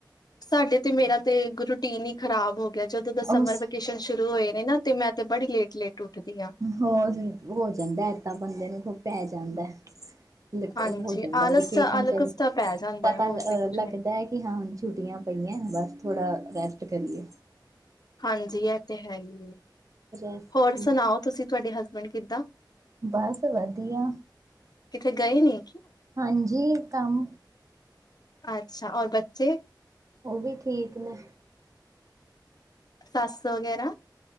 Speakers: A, on the left (about 55°); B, on the right (about 45°).
A: ਸਾਡੇ ਤੇ ਮੇਰਾ ਤੇ ਰੂਟੀਨ ਈ ਖ਼ਰਾਬ ਹੋ ਗਿਆ ਜਦੋਂ ਦਾ ਸਮਰ
B: ਉਸ
A: ਵੈਕੇਸ਼ਨ ਸ਼ੁਰੂ ਹੋਏ ਨੇ ਨਾ ਤੇ ਮੈਂ ਤੇ ਬੜੀ ਲੇਟ <unintelligible> ਹਾਂ
B: ਹੋਰ ਹੋ ਜਾਂਦਾ ਏਦਾਂ ਬੰਦੇ ਨੂੰ <unintelligible> ਪੈ ਜਾਂਦਾ ਲ
A: ਹਾਂਜੀ
B: ਹੋ ਜਾਂਦਾ
A: ਆਲਸ
B: ਵੇਕੇਸ਼ਨ
A: ਆਲਕਸਤਾ
B: ਚ
A: ਪੈ ਜਾਂਦਾ
B: ਪਤਾ
A: ਹੈ, ਹੋਰ
B: ਲ
A: ਤੇ ਕੁਛ
B: ਲੱਗਦਾ
A: ਨੀ
B: ਐ ਕਿ ਹਾਂ ਹੁਣ ਛੁੱਟੀਆਂ ਪਾਈਆਂ ਬਸ ਥੋੜ੍ਹਾ ਰੈਸਟ ਕਰੀਏ
A: ਹਾਂਜੀ ਇਹ ਤੇ ਹੈ ਈ ਏ
B: ਰੈਸਟ
A: ਹੋਰ ਸੁਣਾਓ ਤੁਸੀਂ ਤੁਹਾਡੇ ਹਸਬੈਂਡ ਕਿੱਦਾਂ?
B: ਬਸ ਵਧੀਆ
A: ਕਿੱਥੇ ਗਏ ਨੀ।
B: ਹਾਂਜੀ ਕੰਮ
A: ਅੱਛਾ ਔਰ ਬੱਚੇ
B: ਓ ਵੀ ਠੀਕ ਨੇ
A: ਸੱਸ ਵਗੈਰਾ।